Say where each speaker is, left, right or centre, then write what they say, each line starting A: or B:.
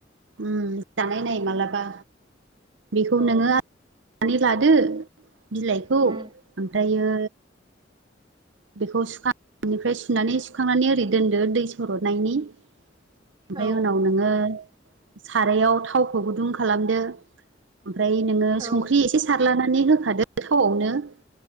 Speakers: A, on the right (about 80°); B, on the right (about 25°).
A: ओम जानाय नाय मालाबा बेखौ
B: औ
A: नोङो आनानै <unintelligible> लादो बिलाइखौ
B: उम
A: ओमफ्रायो बेखौ सुखांनायनिफ्राय सुनानै सुखांनानै ओरै दोनदो दै सर'नायनि ओमफ्राय
B: औ
A: उनाव नोङो सारायाव थावखौ गुदुं खालामदो । ओमफ्राय नोङो
B: औ
A: संख्रि एसे सारलानानै होखादो थावयावनो ।